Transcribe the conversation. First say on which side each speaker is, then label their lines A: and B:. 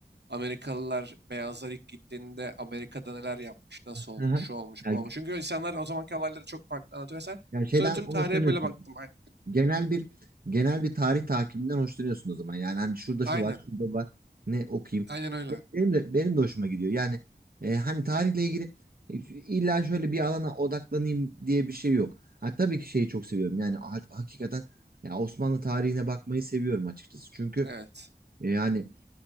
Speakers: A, on the right; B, on the right.
A: Amerikalılar, beyazlar ilk gittiğinde Amerika'da neler yapmış, nasıl olmuş,
B: Hı hı.
A: şu olmuş,
B: Yani,
A: bu olmuş. Çünkü insanlar o zamanki olayları çok farklı anlatıyor vesaire.
B: yani şeyden
A: Sonra tüm
B: hoşlanıyorsun.
A: tarihe böyle baktım. Ay-
B: Genel bir genel bir tarih takibinden hoşlanıyorsun o zaman. Yani hani şurada
A: Aynen.
B: şu var, şurada var. Ne okuyayım?
A: Aynen öyle.
B: Be- Benim de benim de hoşuma gidiyor. Yani e, hani tarihle ilgili e, illa şöyle bir alana odaklanayım diye bir şey yok. Ha, tabii ki şeyi çok seviyorum. Yani ha- hakikaten ya Osmanlı tarihine bakmayı seviyorum açıkçası. Çünkü
A: Evet.
B: e, yani